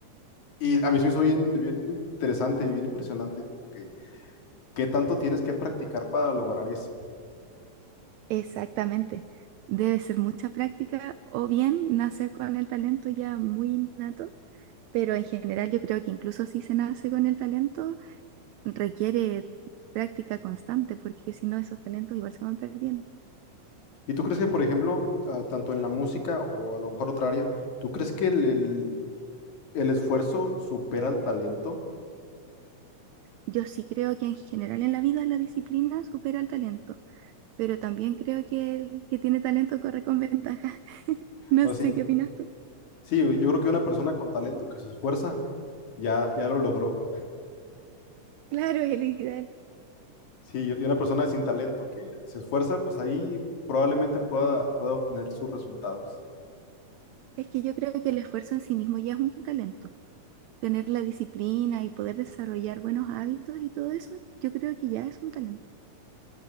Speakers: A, on the left (about 70°); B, on the right (about 75°).
A: Y a mí se me hizo bien, bien interesante y bien impresionante, como que qué tanto tienes que practicar para lograr eso.
B: Exactamente. Debe ser mucha práctica o bien nacer con el talento ya muy innato, pero en general yo creo que incluso si se nace con el talento, requiere práctica constante, porque si no esos talentos igual se van perdiendo.
A: ¿Y tú crees que, por ejemplo, a- tanto en la música o a lo mejor otra área, ¿tú crees que el, el- el esfuerzo supera al talento?
B: Yo sí creo que en general en la vida la disciplina supera al talento, pero también creo que el que tiene talento corre con ventaja. <laughs> No
A: ¿O
B: sé
A: sí?
B: qué opinas tú.
A: Sí, yo yo creo que una persona con talento que se esfuerza ya, ya lo logró.
B: Claro, es el ideal.
A: Sí, y y una persona sin talento que se esfuerza, pues ahí probablemente pueda, pueda obtener sus resultados.
B: Es que yo creo que el esfuerzo en sí mismo ya es un talento. tener la disciplina y poder desarrollar buenos hábitos y todo eso, yo creo que ya es un talento.